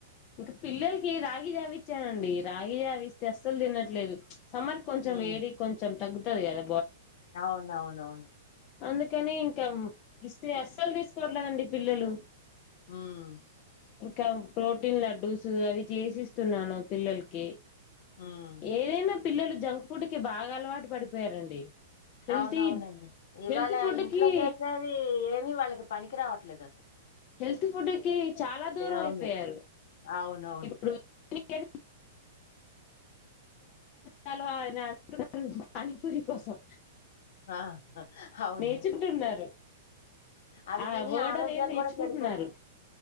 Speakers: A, on the left (about 40°); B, on the left (about 65°).
A: ఇక పిల్లలు కి రాగి జావ ఇచ్చానండి రాగి జావ ఇస్తే అస్సలు తినట్లేదు చ్ సమ్మర్ కొంచెం
B: ఉమ్
A: వేడి కొంచెం తగ్గు తది కద
B: అవునవునవును
A: అందుకని ఇంకా ఇస్తీ అస్సాలు తీసుకోవట్లేదండి పిల్లలు
B: హమ్
A: ఇంకా ప్రోటీన్ లడ్డూస్ అవి చేసిస్తున్నాను పిల్లలకి
B: ఉమ్
A: ఏదైనా పిల్లలు జంక్ ఫుడ్డుకి బాగా అలవాటు పడిపోయారండి హెల్తీ
B: అవునవునండి ఇవాళ
A: హెల్త్ ఫుడ్
B: ఇంట్లో
A: కి
B: చేసేవి ఏమి వాళ్ళకి పనికి రావడం ద
A: హెల్త్ ఫుడ్ కి చాలా దూరం
B: అవును.
A: అయిపోయారు
B: అవునవును.
A: ఇప్పుడు ఎ కాలో అని అంటున్నారు పానీపూరి కోసం
B: ఆ అవును
A: నేర్చుకుంటున్నారు
B: అవి
A: ఆ
B: తిన
A: వర్డ్
B: ఆరోగ్యాలు
A: అనేది నేర్చుకుంటున్నారు
B: కూడా చెడు